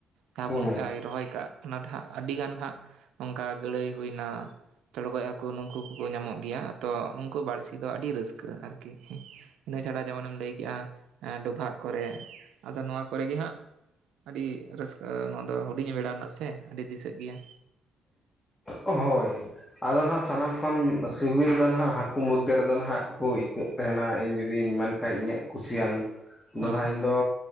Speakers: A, on the right; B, on the left.
A: ᱡᱟᱦᱟᱸ
B: ᱦᱩᱸ
A: ᱵᱚᱱ ᱨᱚᱦᱚᱭ ᱠᱟᱜᱼᱟ ᱚᱱᱟ ᱛᱮ ᱦᱟᱜ ᱟᱹᱰᱤᱜᱟᱱ ᱦᱟᱸᱜ ᱱᱚᱝᱠᱟ ᱜᱟᱹᱲᱟᱹᱭ ᱦᱩᱭᱱᱟ ᱪᱚᱲᱜᱚᱡ ᱦᱟᱹᱠᱩ ᱱᱩᱠᱩ ᱠᱚᱠᱚ ᱧᱟᱢᱚᱜ ᱜᱮᱭᱟ ᱛᱚ ᱩᱱᱠᱩ ᱵᱟᱹᱲᱥᱤ ᱫᱚ ᱟᱹᱰᱤ ᱨᱟᱹᱥᱠᱟᱹ ᱟᱨᱠᱤ ᱤᱱᱟᱹ ᱪᱷᱟᱰᱟ ᱡᱮᱢᱚᱱᱮᱢ ᱞᱟᱹᱭ ᱠᱮᱜᱼᱟ ᱰᱚᱵᱷᱟᱜ ᱠᱚᱨᱮ ᱟᱫᱚ ᱱᱚᱶᱟ ᱠᱚᱨᱮ ᱜᱮ ᱦᱟᱸᱜ ᱟᱹᱰᱤ ᱨᱟᱹᱥᱠᱟᱹ ᱱᱚᱣᱟ ᱫᱚ ᱦᱩᱰᱤᱧ ᱵᱮᱲᱟ ᱨᱮᱱᱟᱜ ᱥᱮ ᱟᱹᱰᱤ ᱫᱤᱥᱟᱹᱜ ᱜᱮᱭᱟ
B: ᱦᱳᱭ ᱟᱫᱚ ᱱᱟᱦᱟᱜ ᱥᱟᱱᱟᱢ ᱠᱷᱚᱱ ᱥᱤᱵᱤᱞ ᱫᱚ ᱱᱟᱟᱜ ᱦᱟᱠᱩ ᱢᱚᱫᱽᱫᱷᱮ ᱨᱮᱫᱚ ᱱᱟᱦᱟᱜ ᱱᱩᱠᱩ ᱤᱪᱟ. ᱜ ᱛᱟᱦᱮᱱᱟ ᱤᱧ ᱡᱩᱫᱤᱧ ᱢᱮᱱᱠᱷᱟᱡ ᱤᱧᱟᱹᱜ ᱠᱩᱥᱤᱭᱟᱱ ᱟᱫᱚ
A: ᱦᱩᱸ
B: ᱱᱟᱦᱟᱜ ᱤᱧ ᱫᱚ